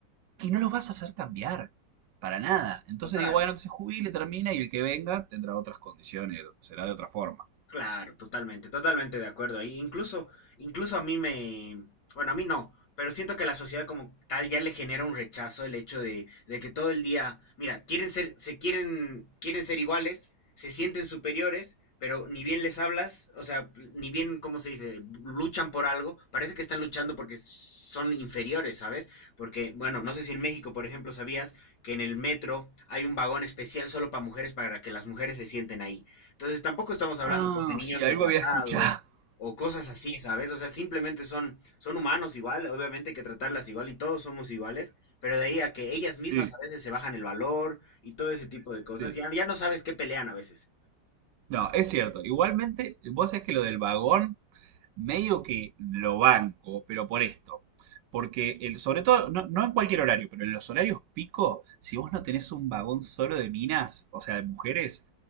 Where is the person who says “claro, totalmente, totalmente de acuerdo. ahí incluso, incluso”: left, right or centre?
Left